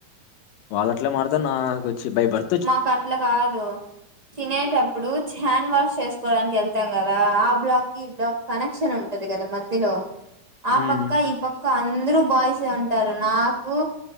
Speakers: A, on the left (about 85°); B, on the right (about 70°).
A: వాళ్ళ ట్లే మాట్లాడతారు నాకు వచ్చి బై బర్
B: మాకు అట్లా కాదు తినేటప్పుడు హ్యాండ్ వాష్ చేసుకోవడానికి వెళ్తాం కదా ఆ బ్లాక్ ఈ బ్లాక్ కనెక్షన్ ఉం టది కదా మధ్యలో ఆ
A: హ్మ్
B: పక్క ఈ ప క్క అందరు బాయ్స్ సే ఉంటారు నాకు